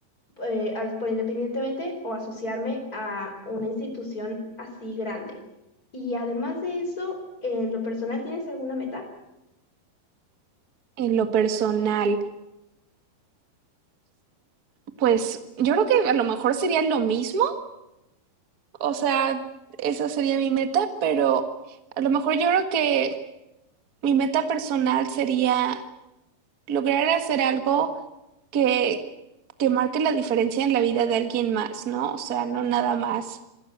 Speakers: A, on the left (about 20°); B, on the right (about 60°).
A: eh, al- por independientemente o asociarme a una institución así grande. Y además de eso, en lo personal, ¿tienes alguna meta?
B: en lo personal? Pues yo creo que a lo mejor sería lo mismo, o sea, esa sería mi meta, pero a lo mejor yo creo que mi meta personal sería lograr hacer algo que, que marque la diferencia en la vida de alguien más, ¿no? O sea, no nada más